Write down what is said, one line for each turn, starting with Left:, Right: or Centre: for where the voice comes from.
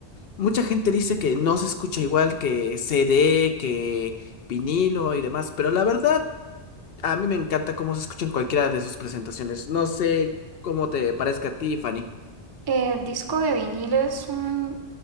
Left: Mucha gente dice que no se escucha igual que CD, que vinilo y demás, pero la verdad, a mí me encanta cómo se escucha en cualquiera de sus presentaciones. No sé cómo te parezca a ti, Fanny.
Right: El disco de vinilo es un